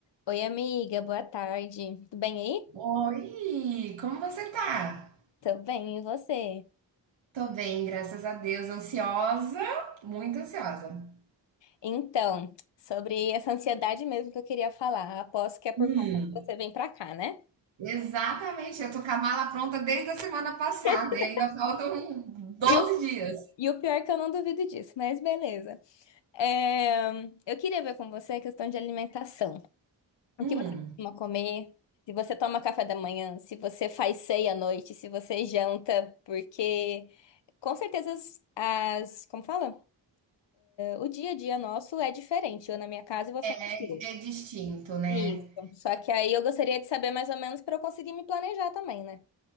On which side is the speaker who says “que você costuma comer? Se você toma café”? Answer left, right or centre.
Left